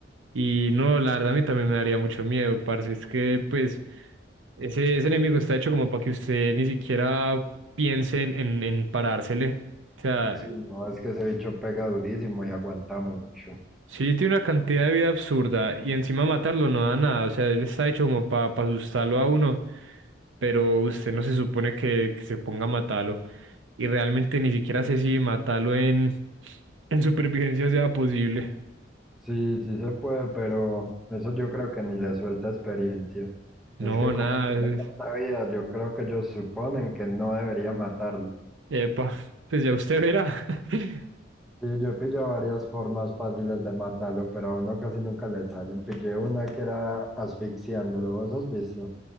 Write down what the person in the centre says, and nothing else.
Sí, no, es que ese bicho pega durísimo y aguanta mucho.
Sí, sí se puede, pero eso yo creo que ni le suelta experiencia.
Es que como
tiene tanta vida, yo creo que ellos suponen que no debería matarlo.
Sí, yo he pillado varias formas fáciles de matarlo, pero a uno casi nunca le salen. Pillé una que era asfixiándolo, ¿vos has visto?